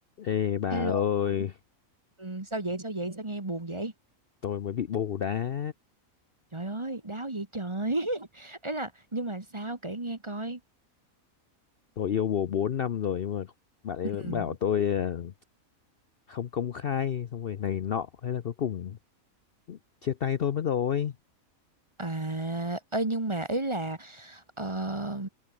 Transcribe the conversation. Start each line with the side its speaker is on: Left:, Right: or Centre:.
Left: Ê bà
Right: Hello.
Left: ơi,
Right: Ừ, sao vậy? Sao vậy? Sao nghe buồn vậy?
Left: tôi mới bị bồ đá.
Right: Trời ơi, đau vậy trời. <laughs> Ý là nhưng mà sao kể nghe coi.
Left: Tôi yêu bồ 4 năm rồi nhưng mà bạn ấy
Right: Ừ.
Left: vẫn bảo tôi ờ, không công khai xong rồi này nọ thế là cuối cùng chia tay tôi mất rồi.
Right: À, ơi nhưng mà ý là ờ,